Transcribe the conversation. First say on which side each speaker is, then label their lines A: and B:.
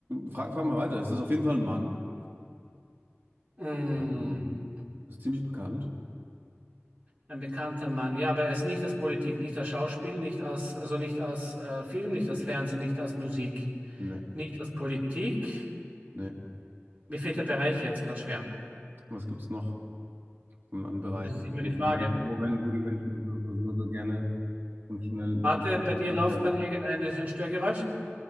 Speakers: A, on the right; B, on the right.
A: frag, frag mal weiter. Es ist auf jeden Fall ein Mann.
B: Mm.
A: Ja. Ähm, ist ziemlich bekannt.
B: Ein bekannter Mann. Ja, aber er ist nicht aus Politik, nicht aus Schauspiel, nicht aus, also nicht aus äh, Film, nicht aus Fernsehen, nicht aus Musik,
A: Nee,
B: nicht aus Politik.
A: nee.
B: Mir fehlt der Bereich jetzt gerade schwer.
A: Was gibt's noch an, an Bereichen,
B: Das ist immer
A: wo,
B: die Frage.
A: wo Menschen, wo, wenn- wo die Menschen so, so, so, so gerne und schnell
B: Warte,
A: äh, ziemlich
B: bei
A: bekannt
B: dir läuft
A: werden?
B: gerade irgendein ein Störgeräusch?